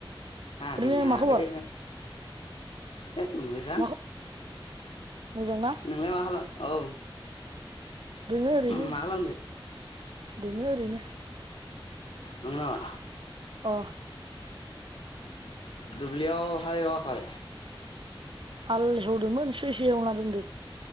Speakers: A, on the left; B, on the right.
A: आंनिया
B: ओरैनो मा
A: आरो
B: खबर
A: है मोजां
B: मा मोजां ना
A: नोंलाय माखालाम औ
B: दोङो ओरैनो
A: मा खालामदो
B: दोङो ओरैनो
A: नंगो नामा
B: अ
A: दुब्लियाव हाल एवा खै
B: हाल एवदोंमोन सैसे एवना दोनदो